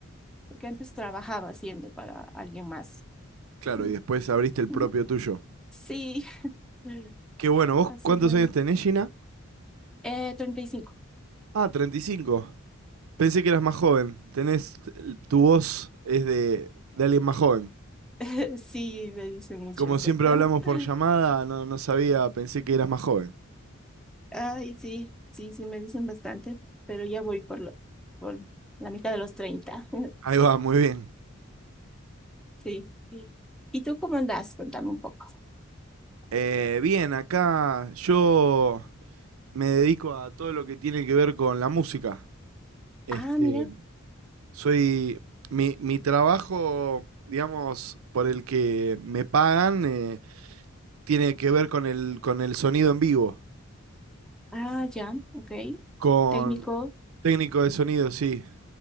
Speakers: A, in the centre; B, on the right.
A: porque antes trabajaba haciendo para alguien más.
B: Claro,
A: Mm,
B: y después abriste el
A: ujú.
B: propio tuyo.
A: Sí, <laughs>
B: Qué bueno, ¿vos
A: así
B: cuántos
A: fue.
B: años tenés, Gina?
A: Eh, treinta y cinco
B: Ah, treinta y cinco Pensé que eras más joven. Tenés, tu voz es de, de alguien más joven.
A: <laughs> Sí, me dicen mucho
B: Como
A: eso.
B: siempre
A: <laughs>
B: hablamos por llamada, no, no sabía, pensé que eras más joven.
A: Ay, sí, sí, sí, me dicen bastante, pero ya voy por, lo- por la mitad de los 30. <laughs>
B: Ahí va, muy bien.
A: Sí. sí. ¿Y tú cómo andas? Cuéntame un poco.
B: Eh, bien, acá yo me dedico a todo lo que tiene que ver con la música. Este,
A: Ah, mira.
B: soy mi, mi trabajo, digamos, por el que me pagan, eh, tiene que ver con el, con el sonido en vivo,
A: Ah, ya, ok.
B: con
A: Técnico.
B: técnico de sonido, sí,